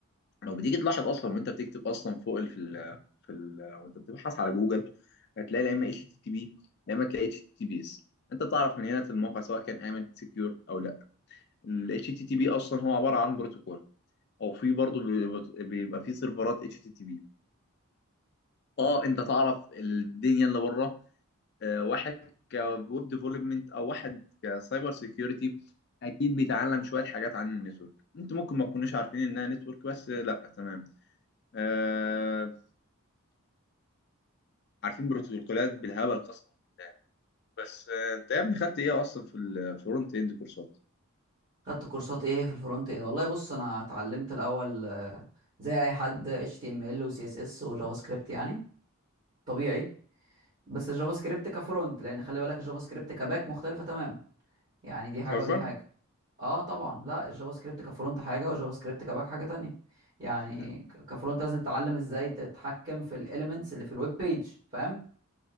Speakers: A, on the left; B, on the right.
A: لو بتيجي تلاحظ اصلا وانت بتكتب اصلا فوق ال- في ال في ال وانت بتبحث على جوجل هتلاقي لا اما اتش تي تي بي لا اما تلاقي اتش تي تي بيس انت تعرف من هنا الموقع سواء كان امن سكيور او لا الاتش تي تي بي اصلا هو عباره عن بروتوكول او في برضه بيبقى بيبقى في سيرفرات اتش تي تي بي اه انت تعرف الدنيا اللي بره آه، واحد كويب ديفلوبمنت او واحد كسايبر سيكيورتي اكيد بيتعلم شويه حاجات عن النتورك انتوا ممكن ما تكونوش عارفين انها نتورك بس لا تمام آه، عارفين بروتوكولات بالهبل قسما بالله بس آه، انت يا ابني خدت ايه اصلا في الفرونت اند كورسات
B: خدت كورسات ايه في الفرونت اند والله بص انا اتعلمت الاول آه، زي اي حد HTML و CSS وجافا سكريبت يعني طبيعي بس الجافا سكريبت كفرونت لان خلي بالك الجافا سكريبت كباك مختلفه تماما يعني دي
A: بتهزر
B: حاجه ودي حاجه اه طبعا لا الجافا سكريبت كفرونت حاجه والجافا سكريبت كباك حاجه تانية يعني
A: انت
B: ك- كفرونت لازم تتعلم ازاي تتحكم في الاليمنتس اللي في الويب بيج فاهم